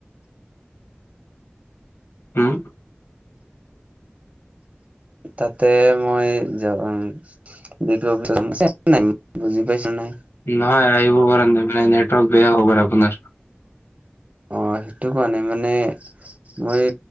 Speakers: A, on the left (about 80°); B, on the right (about 35°).
A: হুম।
B: তাতে মই যাম। দেখিব বি নাই বুজি পাইছো নাই?
A: নহয় আহিব পাৰ মানে নেটৱৰ্ক বেয়া হ'ব পাৰে আপোনাৰ।
B: অ' সেইটো কোৱা নাই মানে। মই